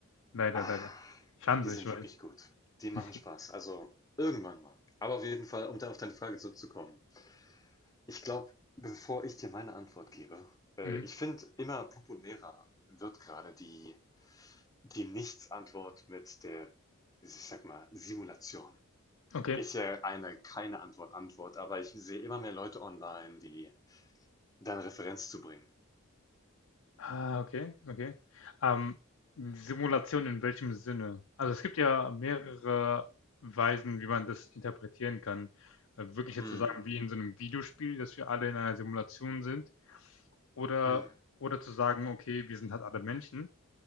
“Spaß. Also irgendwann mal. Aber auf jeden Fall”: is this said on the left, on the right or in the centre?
Left